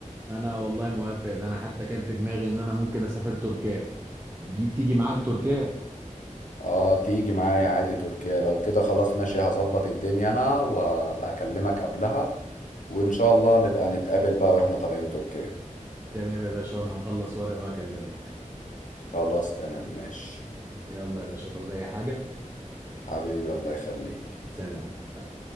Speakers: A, on the right (about 15°); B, on the left (about 70°).
A: انا والله موافق ده انا حتى كان في دماغي ان انا ممكن اسافر تركيا جي تيجي معاك تركيا
B: اه تيجي معايا عادي تركيا لو كده خلاص ماشي هظبط الدنيا انا وابقى اكلمك قبلها وان شاء الله نبقى نتقابل بقى واحنا طالعين تركيا
A: تمام يا باشا انا هخلص ورق واكلمك
B: خلاص تمام ماشي
A: يلا يا باشا تعوز اي حاجة
B: حبيبي الله يخليك
A: سلام سلام